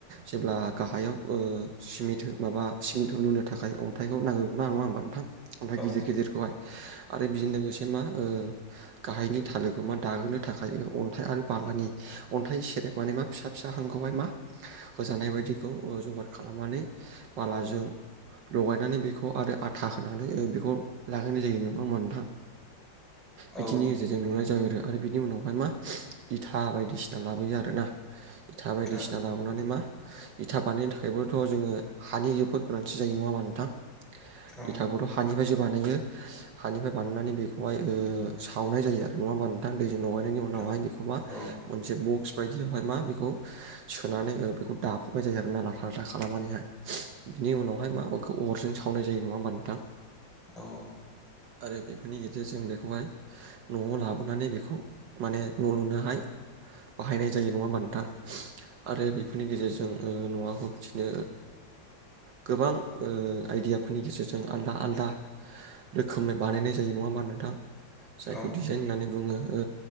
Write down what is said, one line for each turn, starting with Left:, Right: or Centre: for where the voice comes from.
Right: जेब्ला गाहायाव ओ सिमिट हो माबा सिमेन्ट लुनो थाखाय अन्थाइखौ नांगोरगौना, नङा होमबा नोंथां? ओमफाय
Centre: औ
Right: गिदिर गिदिरखौहाय आरो बिजों लोगोसे मा ओ गाहायनि थालोखौ मा दाहोनो थाखाय अन्थाइ आरो बालानि अन्थाइ सेरेब माने मा फिसा फिसा हांखौहाय मा, होजानाय बादिखौ ओ जगार खालामनानै बालाजों लगायनानै बेखौ आरो आथा होनानै बेखौ लागानाय जायो, नङा होमबा नोंथां? बिदिनि
Centre: औ
Right: गेजेरजों लुनाय जायो आरो। आरो बिनि उनाव फाय मा इथा बायदिसिना लाब बोयो आरोना। इथा बायदिसिना
Centre: औ
Right: लाबोनानै मा इथा बानायनो थाखायबोथ' जोङो हानि जोबोद गोनांथि जायो नङा मा नोंथां?
Centre: औ
Right: इथाखौथ' हानिफाय जोब बानायो, हानिफाय बानायनानै बेखौहाय ओ सावनाय जायो नङा होमबा नोंथां दै लगायनायनि उनावहाय
Centre: औ
Right: बेखौ मा,
Centre: औ
Right: मोनसे बक्स बायदियावहाय मा बेखौ सोनानै ओ बेखौ दाफबनाय जायो आरोना लाथा लाथा खालामनानैहाय। बिनि उनावहाय माबाखौ अरजों सावनाय जायो नङा होमबा नोंथां?
Centre: अह।
Right: आरो बेफोरनि गेजेरजों बेखौहाय न'आव लाबोनानै बेखौ माने न' लुनोहाय बाहायनाय जायो नङा होमबा नोंथां? आरो बेफोरनि गेजेरजों जों ओ न'आखौ बिदिनो गोबां ओ आइदियाफोरनि गेजेरजों आलदा आलदा रोखोमै बानायनाय जायो नङा होमबा नोंथां? जायखौ
Centre: औ
Right: डिजाइन होननानै बुङो। ओ